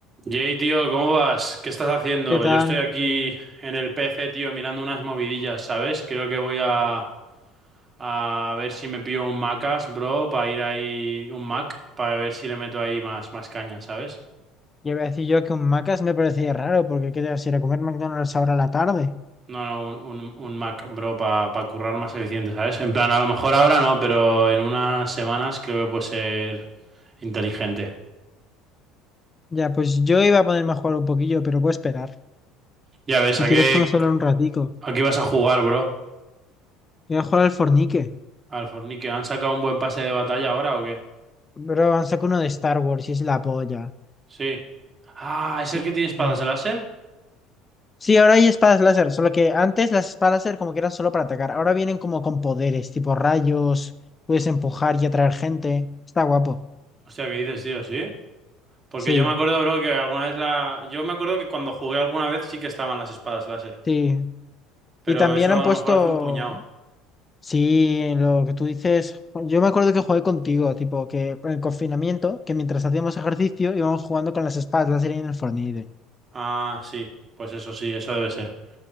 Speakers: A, on the right (about 25°); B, on the left (about 20°).
A: Jay, tío, ¿cómo vas? ¿Qué estás haciendo?
B: ¿Qué tal?
A: Yo estoy aquí en el PC, tío, mirando unas movidillas, ¿sabes? Creo que voy a, a ver si me pillo un Macas, bro, para ir ahí, un Mac, para ver si le meto ahí más, más caña, ¿sabes?
B: Ya iba a decir yo que un Macas me parecía raro, porque qué te vas a ir a comer McDonald's ahora a la tarde.
A: No, no, un, un, un Mac, bro, para currar más eficiente, ¿sabes? En plan, a lo mejor ahora no, pero en unas semanas creo que puede ser inteligente.
B: Ya, pues yo iba a ponerme a jugar un poquillo, pero puedo esperar.
A: Ya ves,
B: Si
A: ¿a
B: quieres
A: qué,
B: podemos hablar un ratico.
A: a qué vas a jugar, bro?
B: Voy a jugar al Fornique.
A: Al Fornique, ¿han sacado un buen pase de batalla ahora o qué?
B: Bro, han sacado uno de Star Wars y es la polla.
A: Sí. Ah, ¿es
B: Sí,
A: el que tiene espadas
B: ya.
A: de láser?
B: Sí, ahora hay espadas láser, solo que antes las espadas láser como que eran solo para atacar. Ahora vienen como con poderes, tipo rayos, puedes empujar y atraer gente. Está guapo.
A: Hostia, ¿qué dices, tío? ¿Sí? Porque
B: Sí,
A: yo me acuerdo, bro, que alguna vez la... Yo me acuerdo que cuando jugué alguna vez sí que estaban las espadas láser.
B: sí.
A: Pero
B: Y también
A: eso
B: han
A: a
B: puesto
A: lo mejor hace un puñado.
B: Sí, en lo que tú dices, yo me acuerdo que jugué contigo, tipo que en el confinamiento, que mientras hacíamos ejercicio íbamos jugando con las espadas láser y en el Fortnite.
A: Ah, sí. Pues eso sí, eso debe ser.